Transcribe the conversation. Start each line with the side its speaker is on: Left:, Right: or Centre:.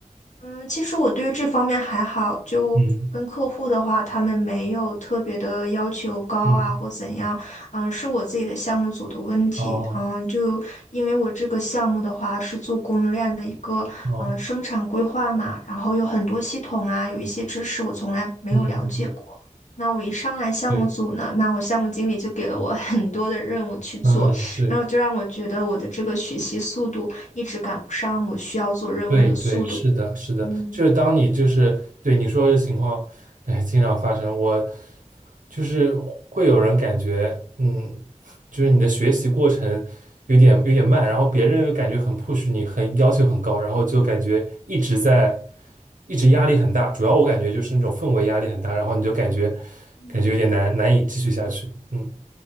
Left: 嗯，其实我对于这方面还好，就跟客户的话，
Right: 嗯
Left: 他们没有特别的要求高啊，
Right: 嗯，
Left: 或怎样。嗯，是我自己的项目组的问题。
Right: 哦
Left: 嗯，就因为我这个项目的话是做供应链的一个嗯生产规划嘛，
Right: 哦，
Left: 然后有很多系统啊，有一些知识我从来没有了解过。
Right: 嗯嗯，
Left: 那我一上来项目组呢，
Right: 对，
Left: 那我项目经理就给了我很多的任务去做，
Right: 嗯嗯对。
Left: 然后就让我觉得我的这个学习速度一直赶不上我需要做任务的速度。
Right: 对对，是的，是的，
Left: 嗯
Right: 就是当你就是对你说的情况，哎，经常发生，我就是会有人感觉，嗯，就是你的学习过程有点有点慢，然后别人又感觉很 push 你，很要求很高，然后就感觉一直在一直压力很大，主要我感觉就是那种氛围压力很大，然后你就感觉
Left: 嗯
Right: 感觉有点难难以继续下去，嗯